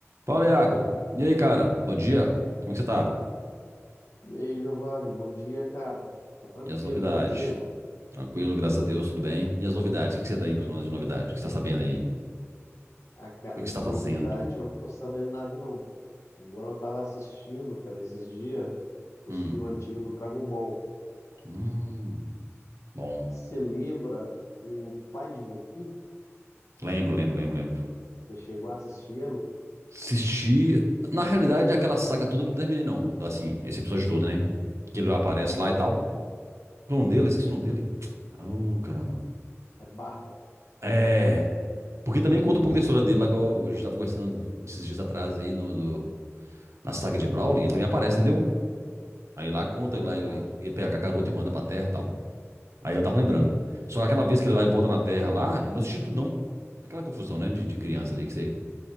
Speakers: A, on the right (about 70°); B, on the left (about 85°).
A: Fala, Iago. E aí, cara? Bom dia. Como é que você tá?
B: E aí, Giovanni, bom dia, cara. Tô tranquilo,
A: E as novidades?
B: e contigo?
A: Tranquilo, graças a Deus, tudo bem. E as novidades? O que que você tem pra nós de novidade? O que você tá sabendo aí?
B: A cara
A: O que que
B: de
A: você tá
B: novidade,
A: fazendo?
B: eu não tô sabendo nada, não. Agora eu tava assistindo, cara, esses dias, os
A: Hum.
B: filmes antigos do Dragon Ball.
A: Hum. Bom.
B: Você lembra o pai de Goku?
A: Lembro, lembro, lembro, lembro.
B: Você chegou a assistir ele?
A: Assisti. Na realidade, aquela saga toda eu não terminei, não. Assim, esse episódio todo, né? Que ele aparece lá e tal. O nome dele? Esqueci o nome dele. Oh, caramba.
B: É Barda.
A: É. Porque também conta um pouco da história dele, lá que a gente tava conversando esses dias atrás aí no, no- na saga de Brawling. Ele também aparece, entendeu? Aí lá conta,
B: Aham.
A: lá ele, ele pega a cacaroto e manda pra terra e tal. Aí eu tava lembrando. Só que aquela vez que ele vai e volta na terra lá, eu não assisti tudo não. Aquela confusão, né, de, de criança ali, que você.